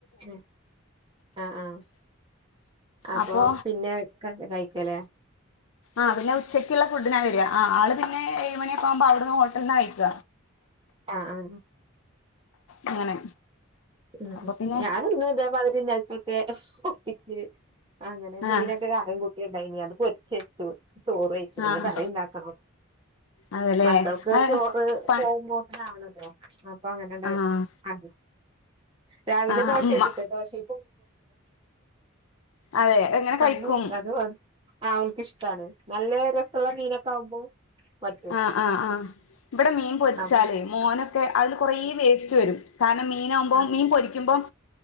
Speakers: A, on the right; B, on the left.
A: ഉം ആഹ് ആഹ അപ്പൊ
B: അപ്പോ
A: പിന്നെ ക കഴിക്കാലേ
B: ആഹ പിന്നെ ഉച്ചയ്ക്കുള്ള ഫുഡിനാ വരിക ആ ആള് പിന്നെ ഏഴുമണിയക്കാമ്പോ അവിടുന്ന് ഹോട്ടലിൽന്ന കഴിക്ക
A: ആഹ ആഹ
B: അങ്ങനെ
A: ഉം
B: അപ്പൊ പിന്നെ
A: ഞാനൊന്ന് അതേമാതിരി നേരത്തൊക്കെ ഒപ്പിച്ച് അങ്ങനെ മീനൊക്കെ
B: ആഹ്
A: കായം കുട്ടിണ്ടായ്നീ അത് പൊരിച്ച് ച്ചു ചോറ് വച്ചു ഇനി
B: ആഹ്
A: കറിുണ്ടാക്കണം
B: അതെല്ലേ
A: മക്കൾക്ക്
B: അത്
A: ചോറ്
B: പ
A: പോകുമ്പോതെന ആവണം അപ്പൊ അങ്ങനെ
B: ആഹ്
A: ആ രാവിലെ
B: ആഹ്
A: ദോശക്കിട്ട്
B: ഉമ്മ
A: ദോശീ
B: അതെ എങ്ങനെ
A: അ
B: കഴിക്കും
A: അത അത് <inaudible> ആ അവൾക്ക്ഷ്ടാണ് നല്ല രസള്ള മീനൊക്കെ ആവുമ്പോ പറ്റും
B: ആ ആഹ് ആഹ് ഇവിടെ മീൻ പൊരിച്ചാലേ
A: അപ്പൊ
B: മോനൊക്കെ അതില് കുറേ വേസ്റ്റ് വരും കാരണം മീനാകുമ്പോൾ
A: ആഹ്
B: മീൻ പൊരിക്കുമ്പോം